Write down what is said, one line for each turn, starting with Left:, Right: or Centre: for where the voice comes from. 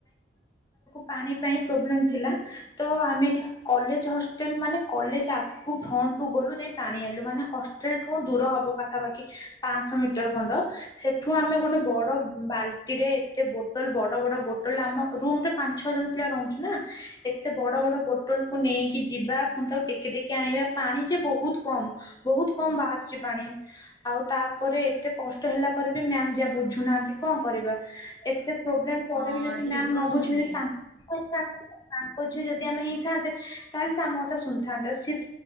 Left: ପାଣି ପାଇଁ ପ୍ରବ୍ଲେମ୍ ଥିଲା ତ ଆମେ ଏଠି କଲେଜ ହଷ୍ଟେଲ ମାନେ କଲେଜ ଆଗକୁ ଫ୍ରଣ୍ଟଠୁ ଗଲୁ ଯାଇ ପାଣି ଆଇଲୁ ମାନେ ହଷ୍ଟେଲ ଠୁ ଦୂର ହବ ପାଖାପାଖି ପାଆଁଶ ମିଟର ଖଣ୍ଡ ସେ ଠୁ ଆମେ ଗୋଟେ ବଡ ବାଲଟିରେ ଏତେ ବୋଟଲ ବଡ ବଡ ବୋଟଲ ଆମ ରୁମରେ ପା ଛଅ ଜଣ ପିଲା ରହୁଛୁ ନା ଏତେ ବଡ଼ ବଡ ବୋଟେଲକୁୁ ନେଇକି ଯିବା ପୁଣି ତାକୁ ଟେକି ଟେକି ଆଣିବା ପାଣି ଯେ ବହୁତ କମ ବହୁତ କମ ବାହାରୁଛି ପାଣି ଆଉ ତାପରେ ଏତେ କଷ୍ଟ ହେଲା ପ ପରେ ବି ମାମ୍ ଯେ ବୁୁଝୁ ନାହାନ୍ତି କଣ କରିବା ଏତେ ପ୍ରୋବ୍ଲେମ ପରେ
Right: ହଁ
Left: ବି ଯଦି
Right: ଠିକ
Left: ମାମ ନ
Right: କହିଛନ୍ତି।
Left: ବୁଝିବେ ଯେ ତା ଥାନ୍ତ ତାଙ୍କ ଝିଅ ଯଦି ଆମେ ହେଇଥାନ୍ତେ ତାହେଲେ ସେ ଆମ କଥା ଶୁଣିଥାନ୍ତେ ଆଉ ସି